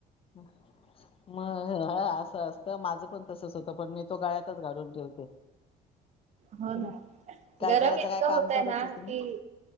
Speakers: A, on the left (about 35°); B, on the right (about 40°).
A: मग हा असं त असतं माझं पण तसच होत पण मी तो गळ्यातच घालून ठेवते.
B: हो
A: उ
B: ना
A: काय
B: गरम
A: करायच
B: इतकं
A: काय काम
B: होतय
A: करायच असेल
B: की
A: ना,